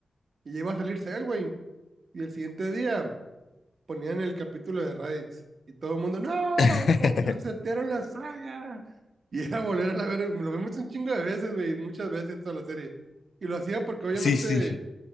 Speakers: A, on the right (about 60°); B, on the left (about 75°).
A: y ya iba a salir Cell, güey. Y el siguiente día ponían el capítulo de Raditz y todo el mundo, ¡No!
B: <laughs>
A: po- Resetearon la saga. <laughs> Y era volver a la ver, lo vimos un chingo de veces, güey, muchas veces toda la serie. Y lo hacía porque obviamente
B: Sí, sí.